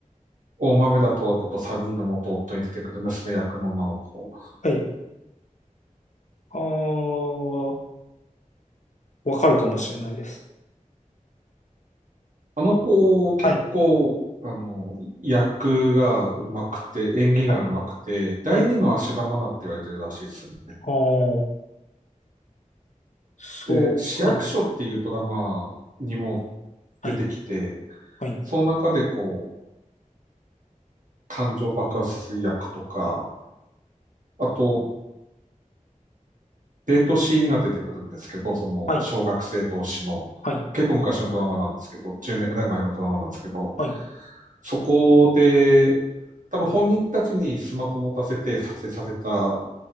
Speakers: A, on the right (about 70°); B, on the left (about 60°).
A: 大豆田と和子と三人の元夫に出てくる娘役の女の子。
B: はい。あーわかるかもしれないです。
A: あの子、結構、
B: はい。
A: あの、役が上手くて、演技が上手くて、
B: はい。
A: 第二の足玉なって言われてるらしいですね。
B: うん。ああ、そう。
A: で、市役所っていうドラマにも
B: はい。はい。
A: 出てきて、
B: はい。
A: その中でこう、感情爆発させる役とか、あと、デートシーンが出てくるんですけど、その、
B: はい。
A: 小学生同士の、
B: はい。
A: 結構昔のドラマなんですけど、10年ぐらい前のドラマなんですけど、
B: はい。はい。
A: そこで、多分本人たちにスマホ持たせて撮影させた